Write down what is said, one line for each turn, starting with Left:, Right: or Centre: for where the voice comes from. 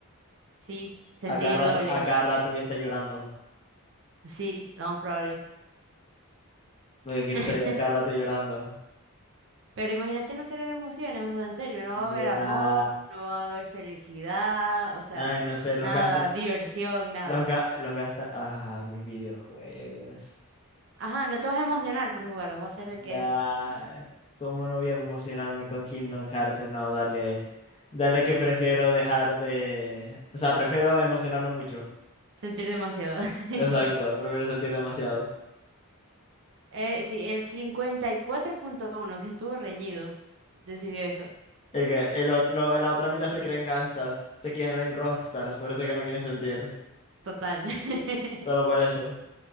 Right: Sí, sentí
Left: A cada
Right: el
Left: rato,
Right: doble.
Left: a cada rato voy a estar llorando.
Right: Sí, lo más probable.
Left: Lo que quiero
Right: <laughs>
Left: estar a cada rato llorando.
Right: Pero imagínate no tener emociones, o sea, en serio, no va a haber
Left: Ya.
Right: amor, no va a haber felicidad, o sea,
Left: Ay, no sé, los
Right: nada,
Left: gasta,
Right: diversión, nada.
Left: los ga- los gasta. Ah, mis videojuegos.
Right: Ajá, no te vas a emocionar por jugarlos, va a ser de que...
Left: Ya.
Right: "Mm,
Left: ¿Cómo no voy a emocionarme con Kingdom Hearts? No, dale. Dale que prefiero dejar de. O sea, prefiero emocionarme mucho.
Right: Sentir demasiado. <laughs>
Left: Exacto, prefiero sentir demasiado.
Right: Eh, sí, el cincuenta y cuatro punto uno sí estuvo reñido. Decidió eso.
Left: Es que el ot- lo- la otra mitad se creen gangstas, se quieren rockstars, por eso que no quieren sentir.
Right: Total. <laughs>
Left: Solo por eso.